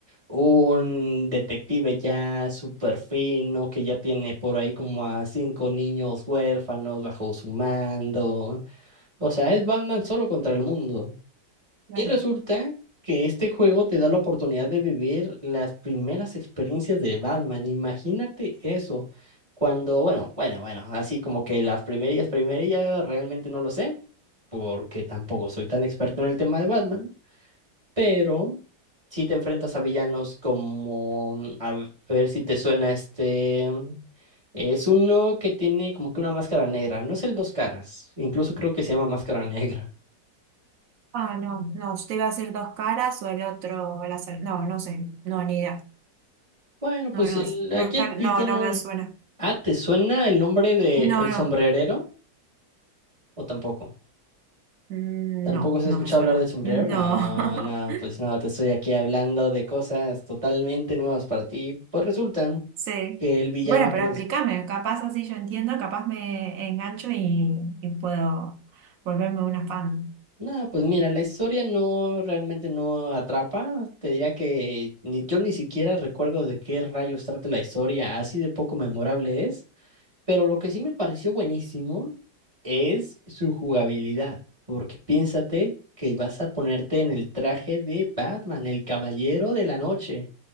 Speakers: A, on the right; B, on the right.
A: un detective ya súper fino, que ya tiene por ahí como a cinco niños huérfanos bajo su mando. O sea, es Batman solo contra el mundo.
B: claro.
A: Y resulta que este juego te da la oportunidad de vivir las primeras experiencias de Batman. Imagínate eso. Cuando, bueno, bueno, bueno, así como que las primerillas, primerillas, realmente no lo sé, porque tampoco soy tan experto en el tema de Batman, pero si te enfrentas a villanos como, mm, a ver si te suena este, mm, es uno que tiene como que una máscara negra, no es el Dos Caras, incluso creo que se llama Máscara Negra.
B: Ah, no, no, usted iba a decir dos caras o el otro, la ser- No, no sé, no, ni idea.
A: Bueno, pues
B: No, no,
A: el, aquí
B: más car-
A: el villano.
B: no, no me suena.
A: Ah, ¿te suena el nombre de
B: No,
A: El
B: no,
A: Sombrerero? ¿O tampoco?
B: Mm,
A: ¿Tampoco
B: no,
A: se
B: no
A: ha escuchado
B: me suena.
A: hablar del sombrero?
B: No.
A: No, no,
B: <laughs>
A: pues no, te estoy aquí hablando de cosas totalmente nuevas para ti. Pues resultan
B: Sí.
A: que el villano
B: Bueno, pero
A: principal.
B: explícame, capaz así yo entiendo, capaz me engancho y, y puedo volverme una fan.
A: No, pues mira, la historia no realmente no atrapa. Te diría que ni- yo ni siquiera recuerdo de qué rayos trata la historia, así de poco memorable es. Pero lo que sí me pareció buenísimo es su jugabilidad, porque piénsate que vas a ponerte en el traje de Batman, el Caballero de la Noche,